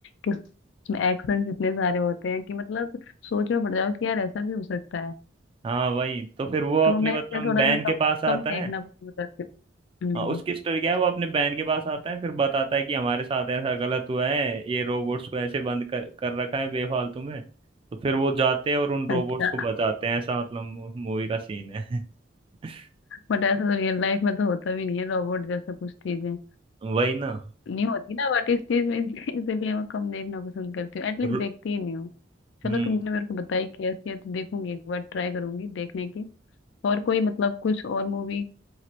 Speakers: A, on the left; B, on the right.
A: कि उसमें एक्शन इतने सारे होते हैं कि मतलब सोचो पड़ जाओ कि यार ऐसा भी हो सकता है
B: हाँ वही तो फिर वो
A: तो
B: अपने
A: मैं इसलिए
B: मतलब
A: थोड़ा
B: बहन
A: सा
B: के
A: कम
B: पास
A: कम
B: आता
A: देखना
B: है
A: पसंद करती हूँ हम्म,
B: हाँ, उसकी स्टोरी क्या है वो अपने बहन के पास आता है फिर बताता है कि हमारे साथ ऐसा गलत हुआ है ये रोबोट्स को ऐसे बंद कर, कर रखा है बेफालतू में तो फिर वो जाते हैं और उन रोबोट्स
A: अच्छा
B: को बचाते हैं ऐसा मतलब मूवी का सीन है <laughs>
A: बट ऐसा तो रियल लाइफ में तो होता भी नहीं है रोबोट जैसा कुछ चीजें
B: वही ना
A: नहीं होती ना व्हाट इस चीज में इसलिए इसलिए मैं कम देखना पसंद करती हूँ एटलीस्ट
B: रो-
A: देखती ही नहीं हूँ चलो
B: हम्म
A: तुमने मेरे को बताई कि ऐसी है तो देखूंगी एक बार ट्राई करूंगी देखने की और कोई मतलब कुछ और मूवी